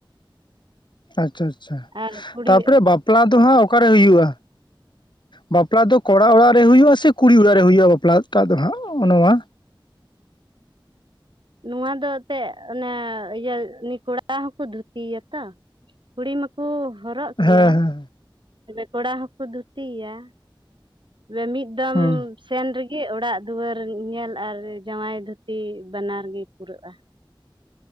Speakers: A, on the left (about 60°); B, on the right (about 65°).
A: ᱟᱪᱪᱷᱟ ᱟᱪᱪᱷᱟ
B: ᱟᱨ ᱠᱩᱲᱤ
A: ᱛᱟᱯᱚᱨᱮ ᱵᱟᱯᱞᱟ ᱫᱚ ᱦᱟᱸᱜ ᱚᱠᱟᱨᱮ ᱦᱩᱭᱩᱜᱼᱟ? ᱵᱟᱯᱞᱟ ᱫᱚ ᱠᱚᱲᱟ ᱚᱲᱟᱜ ᱨᱮ ᱦᱩᱭᱩᱜ-ᱟ ᱥᱮ ᱠᱩᱲᱤ ᱚᱲᱟᱜ ᱨᱮ ᱦᱩᱭᱩᱜ-ᱟ ᱵᱟᱯᱞᱟ ᱴᱟᱜ ᱫᱚ ᱦᱟᱸᱜ ᱱᱚᱣᱟ
B: ᱱᱚᱣᱟ ᱫᱚ ᱛᱮᱜ ᱚᱱᱮ ᱤᱭᱟᱹ ᱩᱱᱤ ᱠᱚᱲᱟ ᱦᱚᱸᱠᱚ ᱫᱷᱩᱛᱤᱭᱟ ᱛᱚ ᱠᱩᱲᱤ ᱢᱟᱠᱚ ᱦᱚᱨᱚᱜ ᱮᱭᱟ
A: ᱦᱮᱸ ᱦᱮᱸ
B: ᱛᱚᱵᱮ ᱠᱚᱲᱟ ᱦᱚᱠᱚ ᱫᱷᱩᱛᱤᱭᱟ᱾ ᱨᱮ ᱢᱤᱫ ᱫᱚᱢ
A: ᱦᱩᱸ
B: ᱥᱮᱱ ᱨᱮᱜᱮ ᱚᱲᱟᱜ ᱫᱩᱣᱟᱹᱨ ᱧᱮᱞ ᱟᱨ ᱡᱟᱶᱟᱭ ᱫᱷᱩᱛᱤ ᱵᱟᱱᱟᱨ ᱜᱮ ᱯᱩᱨᱟᱹᱜ-ᱟ